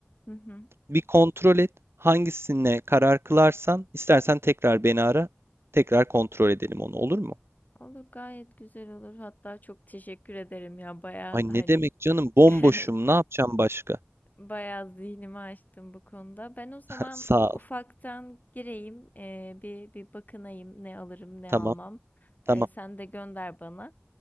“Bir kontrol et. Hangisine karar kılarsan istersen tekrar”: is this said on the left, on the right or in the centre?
Right